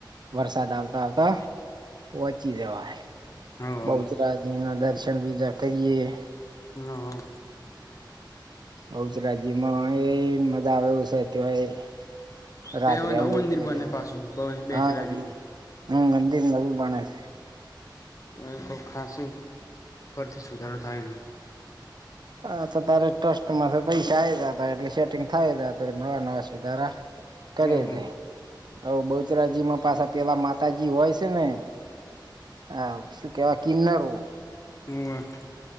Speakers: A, on the right (about 65°); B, on the left (about 40°).
A: વરસાદ આવે.
B: હવ
A: આવ પહોચી જવાય
B: હવ હવ
A: બહુચરાજી દર. પઈસેન વિધ કરીએ.
B: હ.
A: બહુચરા્યમાં એ મજા આવે છે તોય. રાત્રે
B: તે હવે નવું
A: આવું
B: મંદિર
A: તો ઘરે
B: બને
A: વ
B: પાછું બ બેચરાજીનું
A: હા. હમ ગંદી નવીું બને છે.
B: તો એક ખાસ ફરથી સુધારો થાય.
A: હા તો તારે ટ્રસ્ટ માંથી પૈસા આ હતા એટલે સેટિંગ થાય નવા નવા સુધારા. કરે
B: ઓહો
A: છે હ બહુચરાજીમાં પાછા પેલા માતાજી હોય છે ને. હા શું કેવા કિનનાર.
B: હ.